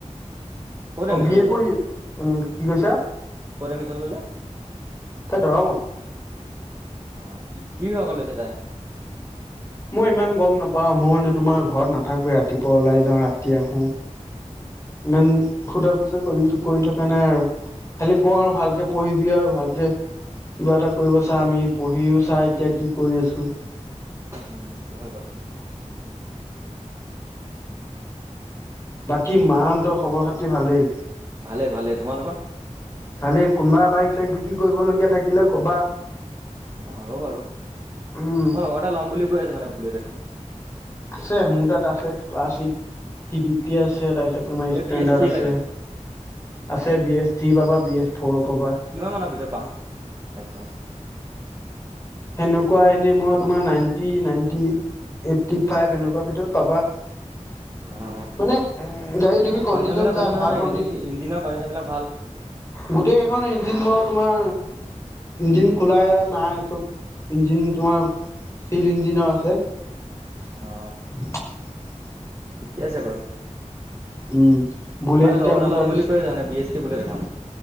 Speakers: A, on the right; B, on the left.
A: অ'। ক'ত
B: অ',
A: এডমিশ্যন
B: বি এ
A: ল'লে
B: পঢ়ি, উম, কি কৈছা।
A: ক'ত এডমিছন ল'লে।
B: তাই দৰঙত।
A: অ', কি- কি বিভাগত লৈছে তাই।
B: মই ইমান গম নাপাও, মই মানে তোমাৰ ঘৰত নাথাকোৱে ৰাতিপুৱা ওলাই যাওঁ, ৰাতি আহোঁ। ইমান সোধা পুচা <unintelligible> টো কৰি থকা নাই আৰু, খালি কওঁ আৰু ভালকে পঢ়িবি আৰু ভালকে কিবা এটা কৰিব চা, আমি পঢ়িও চা এতিয়া কি কৰি আছো।
A: উম, <unintelligible> হয় বাৰু।
B: বাকী মাহঁতৰ খবৰ খাতি ভালেই।
A: ভালেই- ভালেই তোমালোকৰ।
B: ভালেই, কোনোবা বাইক চাইক বিক্ৰী কৰিবলগীয়া থাকিলে ক'বা।
A: অ', হ'ব বাৰু,
B: উম
A: মোৰ লগৰ এটাই ল'ম বুলি কৈ আছে মানে বুলেট এখন।
B: আছে মোৰ তাত আছে, ক্লাছিক থি ফিফটিয়ে আছে <unintelligible> তে তোমাৰ
A: এই
B: ষ্টেণ্ডাৰ্ড
A: বি এছ থ্ৰী
B: আছে,
A: লাগে
B: আছে বি এছ থ্ৰী পাবা বি এছ ফ'ৰো পাবা।
A: কিমান মানৰ ভিতৰত পাম, বাইকখন।
B: সেনেকুৱা এনে মই তোমাৰ নাইনটি- নাইনটি এইটটি ফাইভ এনেক কোৱা ভিতৰত পাবা।
A: অ
B: মানে গাড়ী তুমি কণ্ডিচন
A: কণ্ডিশ্যনবিলাক
B: চাই
A: ভালে নহয়
B: ভাল
A: ন
B: কণ্ডিছন
A: ইঞ্জিন ইঞ্জিনৰ কণ্ডিশ্যনবিলাক ভাল
B: গোটেই কেইখন ইঞ্জিন মই তোমাৰ ইঞ্জিন খোলাই নাই চব ইঞ্জিন তোমাৰ চীল ইঞ্জিনৰ আছে
A: অ
B: থু
A: ঠিকে আছে বাৰু,
B: উম বুলেট
A: মানে
B: এতিয়া
A: লগৰ
B: মোৰ
A: এটা ল'ম
B: তাত
A: বুলি কৈ আছে মানে বি এছ টি বুলেট এখন।